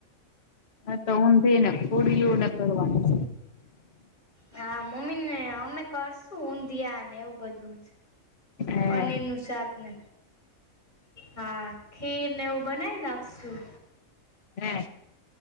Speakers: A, on the left; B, on the left.
A: હ તો ઊંધી ને ખડીલુંને કરવાનું.
B: હા મમ્મી ને અમે કરશું ઊંધિયા ને એવું બધું જ.
A: છે હે
B: પનેરનુંુ સાાકને. હા ખીર ને એવું બનાવી નાખશું.
A: હે